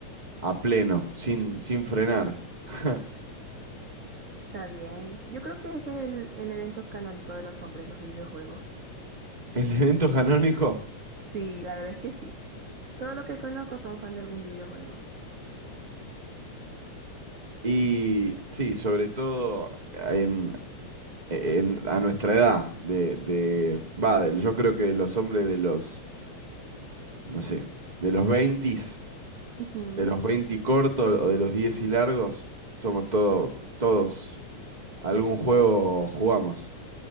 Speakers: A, on the right; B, on the right.
A: a pleno, sin, sin frenar. <laughs>
B: Está bien. Yo creo que ese es el, el evento canónico de los hombres, los videojuegos.
A: El evento canónico
B: Sí, la verdad es que sí. Todo lo que conozco son fan de algún videojuego.
A: y sí, sobre todo en, en- a nuestra edad, de, de, va, del- yo creo que los hombres de los, no sé, de los 20,
B: Ujú.
A: de los 20 cortos o de los 10 y largos, somos todo- todos, algún juego jugamos.